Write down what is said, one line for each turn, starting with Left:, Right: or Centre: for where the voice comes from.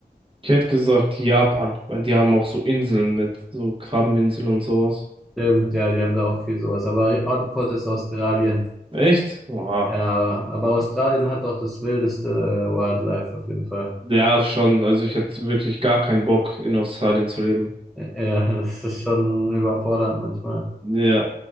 Right: Ich hätte gesagt Japan, weil die haben auch so Inseln mit so Krabbeninseln und sowas.
Centre: Stimmt, ja, die haben da auch viel sowas. Aber die Antwort ist Australien.
Right: Echt? Oha.
Centre: Ja, aber Australien hat auch das wildeste Wildlife auf jeden Fall.
Right: Ja, schon. Also ich hätte wirklich gar keinen Bock, in Australien zu leben.
Centre: Ja, <laughs> das ist schon überfordernd manchmal.
Right: Ja.